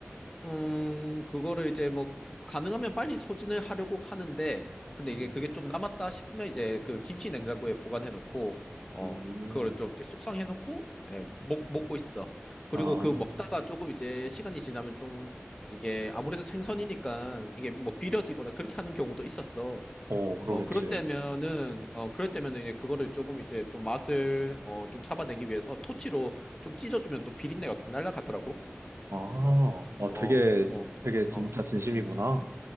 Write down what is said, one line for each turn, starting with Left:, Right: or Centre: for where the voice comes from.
Left: 음, 그거를 이제 뭐, 가능하면 빨리 소진을 하려고 하는데, 근데
Right: 음,
Left: 이게 그게 좀 남았다 싶으면 이제 그 김치 냉장고에 보관해 놓고, 어,
Right: 음,
Left: 그걸 좀 이제 숙성해 놓고, 예, 먹, 먹고 있어. 그리고
Right: 아,
Left: 그 먹다가 조금 이제 시간이 지나면 좀 이게 아무래도 생선이니까 이게 뭐 비려지거나 그렇게 하는 경우도 있었어.
Right: 어, 그러겠지.
Left: 어, 그럴 때면은, 어, 그럴 때면은 이제 그거를 조금 이제 또 맛을, 어, 좀 잡아내기 위해서 토치로 좀 찢어주면 또 비린내가 좀 날라가더라고.
Right: 아, 어,
Left: 어,
Right: 되게,
Left: 어,
Right: 되게 진짜
Left: 어.
Right: 진심이구나.